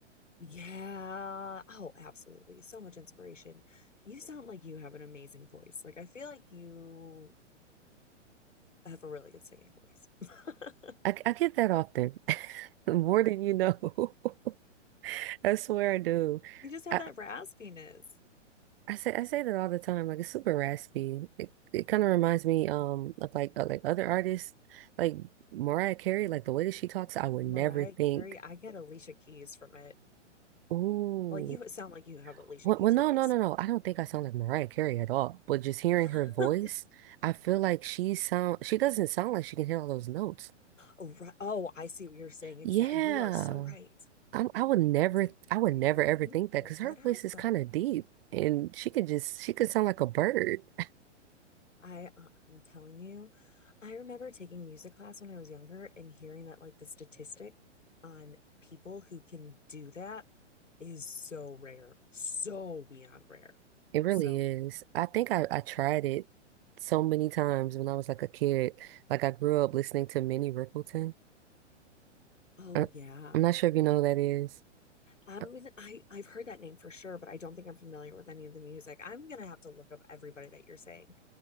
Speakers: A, on the left; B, on the right.
A: Yeah. Oh, absolutely. So much inspiration. You sound like you have an amazing voice. Like I feel like you have a really good singing voice. <laughs>
B: I, I get that often, <laughs> more than you know. <laughs> I swear I do.
A: You just have
B: I,
A: that raspiness.
B: I say I say that all the time. Like it's super raspy. It, it kind of reminds me um of like of like other artists, like Mariah Carey. Like the way that she talks, I would
A: Mariah
B: never think.
A: Carey, I get Alicia Keys from it.
B: Ooh,
A: Well, you sound like you have Alicia
B: well,
A: Keys'
B: well, no,
A: voice.
B: no, no, no. I don't think I sound like Mariah Carey at all. But just hearing her
A: <laughs>
B: voice, I feel like she sound. She doesn't sound like she can hit all those notes.
A: Oh, right. oh, I see what you're saying. Exactly.
B: Yeah.
A: You are so right.
B: I, I would never,
A: It's like,
B: I would
A: where
B: never ever
A: do you
B: think
A: pull
B: that because her
A: that out
B: voice
A: from?
B: is kind of deep and she could just, she could sound like a bird. <laughs>
A: I, uh, I'm telling you, I remember taking music class when I was younger and hearing that like the statistic on people who can do that is so rare, so beyond rare.
B: It really
A: So,
B: is. I think I, I tried it so many times when I was like a kid. Like I grew up listening to Minnie Riperton.
A: oh
B: I,
A: yeah.
B: I'm not sure if you know who that is.
A: I'm
B: Uh,
A: gonna, I I've heard that name for sure, but I don't think I'm familiar with any of the music. I'm gonna have to look up everybody that you're saying.